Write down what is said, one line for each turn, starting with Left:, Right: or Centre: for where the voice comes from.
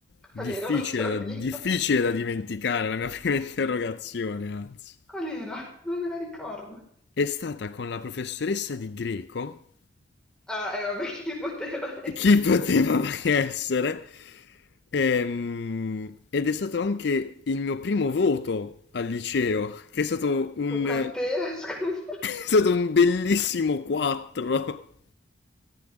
Centre: Qual
Left: Difficile
Centre: era la tua
Left: da,
Centre: prima?
Left: difficile da dimenticare la mia <laughs> prima interrogazione, anzi.
Centre: Qual era? Non me la ricordo.
Left: È stata con la professoressa di greco
Centre: Ah, eh, vabbè, chi poteva <laughs> essere?
Left: chi poteva mai essere. Ehm, ed è stato anche il mio primo voto al liceo, che è stato un,
Centre: E quant'era,
Left: <laughs> è
Centre: <laughs> scusa?
Left: stato un bellissimo 4.